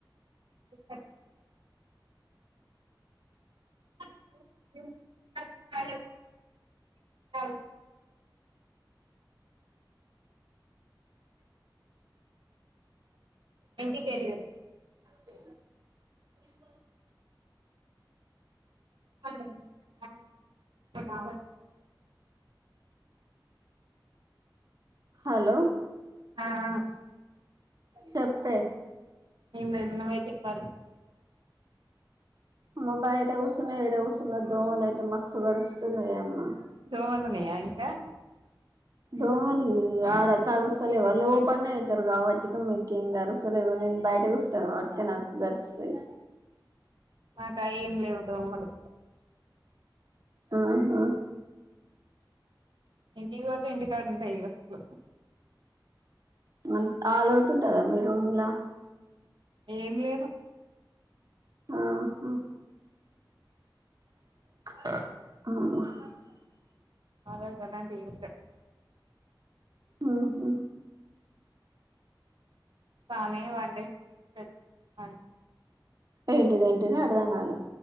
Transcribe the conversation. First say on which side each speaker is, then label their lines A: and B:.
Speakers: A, on the right; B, on the right.
A: ఉత్పట్ అయిందు ఎందుకని <unintelligible> ఎంటిక్ వెళ్ళి చూడు
B: ఫో నబ
A: <unintelligible> బర్ బాగానే
B: హలో
A: ఆహ్
B: చెప్పే
A: ఏంలేద్ ఇ నువ్వే చెప్పాలి
B: అమ్మ బయట కూర్సున్న ఏడ కూర్సున్న దోమలు అయితే, మస్సు గడుస్తున్నాయె అమ్మ
A: దోమలు ఉన్నాయా నీ యా
B: దోమల్ల్ ఆవిడ కరుస్తలేవ్ వాళ్ళోపన్నేంటారు. రావచ్చింకం మీకేం గరుస్తలేవని, నేన్ బయటకు స్టానా ట్టేనాకు గరిస్తాయి.
A: మాకా ఏంలేవు దోమలు
B: ఆహా
A: ఇంటికి పోతే ఇంటికాడున్నుంటాయిగా ఇంట్లో
B: అ ఆ లోటు ఉంటదా మీ రూమ్లా
A: ఏం లేవు.
B: ఆహా ఆహ
A: <unintelligible>
B: మ్మ్ హు
A: కామే వంటెస్టీ <unintelligible> ఆంది
B: ఏంటిది ఏంటిది అడ్దాంగాలే